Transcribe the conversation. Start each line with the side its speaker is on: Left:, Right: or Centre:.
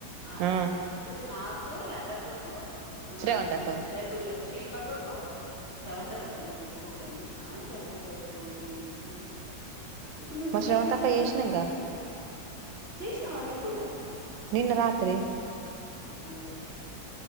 Left: ఆహ్
Right: ఆ
Left: ఇప్పుడు నాకు లతక్కకు ఆహ్
Right: శ్రవంతక్క
Left: సరే రేపు శిల్ప. పక్కకు శ్రవంతి అక్కకు అందరు పెట్టుకోకండి ఆమెకి అందరు పైసలు పోతాయి ఎందుకు. ఇప్పుడు నీకు
Right: మా
Left: నీకు
Right: శ్రవంతక్క
Left: చేసేటోళ్ళకి
Right: చేసినంగా
Left: చేయరాదాక్క. ఎమా ఎప్పుడు.
Right: నిన్న రాత్రి.
Left: ఏహ్.